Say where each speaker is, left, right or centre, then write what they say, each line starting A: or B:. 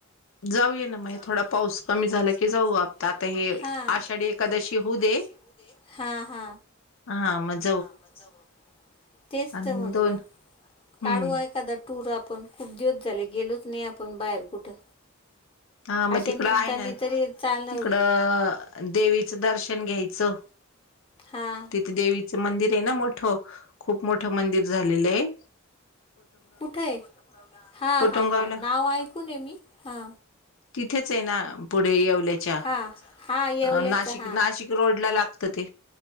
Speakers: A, on the left; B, on the left.
A: जाऊया ना मग
B: जाऊन
A: थोडा
B: येऊ
A: पाऊस
B: थोडा
A: कमी
B: पाऊस
A: झाला की
B: कमी
A: जाऊ
B: झाला
A: आप
B: की
A: आता
B: जाऊ
A: हे
B: आपण
A: आषाढी एकादशी
B: आषाढी एखकादशी
A: होऊ दे
B: हा -हा
A: हा मज
B: हा मग जावु तेच
A: आणि
B: तर म्हटलं
A: दोन
B: काढू
A: हम्म
B: आहे एखादा टूर आपण खूप दिवस झाले गेलोच नाही आपण बाहेर कुठं.
A: हा म
B: अशा
A: तिकडं
B: निमतानी
A: आहे ना
B: तरी चालणं
A: तिकडं
B: होईल
A: देवीचं दर्शन घ्यायचं
B: हां
A: तिथे देवी तिच मंदिर आहे ना मोठं खूप मोठ मंदिर झालेलं हे.
B: कुठे हे हा-हा
A: कोटमगावला
B: -हा नाव ऐकूून ये मी हा.
A: तिथेच आहे ना पुढे येवले च्या
B: हा हा येवल्याच
A: अ नाशिक
B: हा.
A: रोड ला लागत ते.